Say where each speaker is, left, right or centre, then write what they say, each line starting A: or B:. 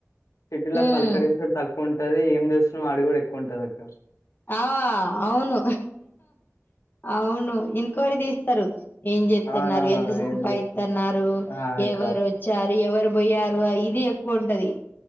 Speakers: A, on the left; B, on the left.
A: సిటీలో
B: ఉమ్
A: పలకరించడు తక్కువుంటది. ఏం జేస్తున్నావ్ అడుగుడెక్కువుంటదక్క.
B: ఆ ఔను ఔను. ఎంక్వైరి దీస్తరు. ఏం జేత్తున్నారు.
A: అవునవును
B: ఎంత సంపాయిత్తన్నారు.
A: ఏం చేస్తున్నావ్ ఆ అక్క
B: ఎవరొచ్చార్. ఎవరు బొయ్యారు అ ఇది ఎక్కువుంటది.